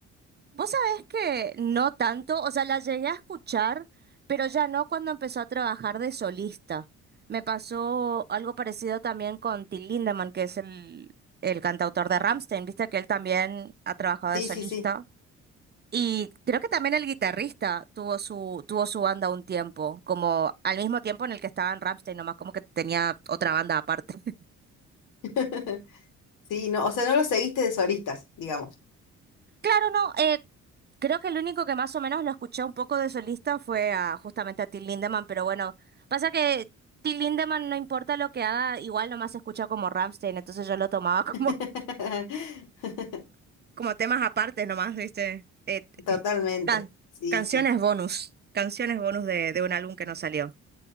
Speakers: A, on the right (about 35°); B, on the left (about 85°).
A: Vos sabés que no tanto, o sea, la llegué a escuchar, pero ya no cuando empezó a trabajar de solista. Me pasó algo parecido también con Till Lindemann, que es el, el cantautor de Rammstein, viste que él también ha trabajado
B: Sí,
A: de solista.
B: sí, sí.
A: Y creo que también el guitarrista tuvo su, tuvo su banda un tiempo, como al mismo tiempo en el que estaban Rammstein, nomás como que tenía otra banda aparte. <laughs>
B: <laughs> Sí, no, o sea, no lo seguiste de solistas, digamos.
A: Claro, no, eh, creo que el único que más o menos lo escuché un poco de solista fue a, justamente a Till Lindemann, pero bueno, pasa que Till Lindemann no importa lo que haga, igual nomás se escucha como Rammstein, entonces yo lo tomaba como,
B: <laughs>
A: <laughs> como temas aparte nomás, ¿viste? Eh,
B: Totalmente,
A: eh, can-
B: sí,
A: canciones
B: sí.
A: bonus, canciones bonus de, de un álbum que no salió.